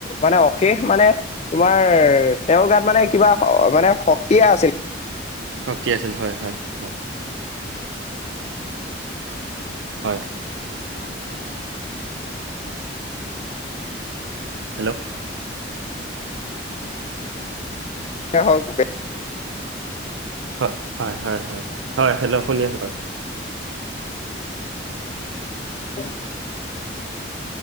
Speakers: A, on the left; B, on the right.
A: মানে অশেষ মানে তোমাৰ তেওঁৰ গাত মানে কিবা মানে শক্তিয়ে আছিল।
B: শক্তি আছিল হয় হয় হয়। হয়। হেল্ল'।
A: তে হওক গে।
B: হয় হয় হয় হয় হয় হেল্ল' শুনি আছো হয়।
A: <inaudible>